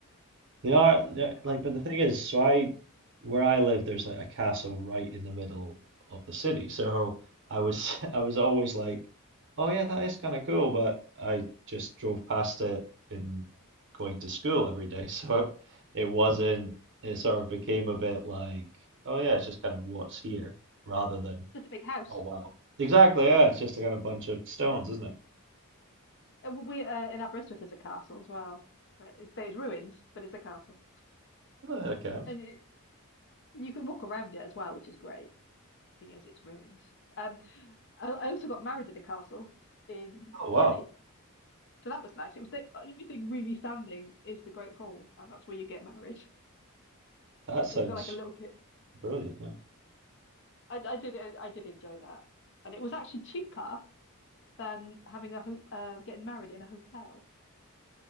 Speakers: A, on the right; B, on the left.
A: They are they're
B: I've
A: like
B: got
A: but the thing is, so I where I live there's like a castle right in the middle of the city. So I was <laughs> I was always like, Oh yeah, that is kinda cool, but I just drove past it in going to school every day. <laughs> So it, it wasn't it sort of became a bit like, oh yeah, it's just kind of what's here rather than
B: just a big house.
A: oh wow. Exactly, yeah, it's just a kind of bunch of stones, isn't it?
B: Uh, We uh, in Aberystwyth there's a castle as well. Uh, It's but it's ruins, but it's a castle,
A: Oh, that counts.
B: and it, you can walk around it as well, which is great because it's ruins. Um, I, I also got married in a castle in
A: Oh
B: Caerphilly,
A: wow.
B: so that was nice. It was the, the only thing really standing is the Great Hall, and that's where you get married. <laughs>
A: That sounds
B: It's got like a little kit.
A: brilliant, yeah.
B: I, I did I did enjoy that, and it was actually cheaper than having a ho um getting married in a hotel.